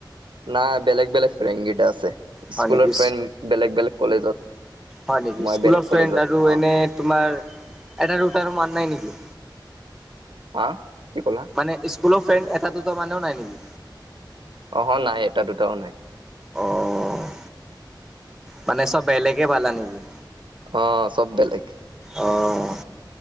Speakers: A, on the right; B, in the centre.
A: নাই বেলেগ বেলেগ ফ্ৰেণ্ড কেইটা আছে।
B: হয়
A: স্কুলৰ
B: নেকি
A: ফ্ৰেণ্ড বেলেগ বেলেগ কলেজত।
B: হয় নেকি
A: মই
B: স্কুলৰ
A: বেলেগ
B: ফ্ৰেণ্ড
A: কলেজত
B: আৰু
A: অ
B: এনে তোমাৰ এটা দুটাৰো মন নাই নেকি?
A: হা কি ক'লা?
B: মানে স্কুলৰ ফ্ৰেণ্ড এটা দুটা মানো নাই নেকি?
A: অহ নাই এটা দুটাও নাই।
B: অ'। মানে চব বেলেগে পালা নেকি?
A: অ' চব বেলেগ।
B: অ'।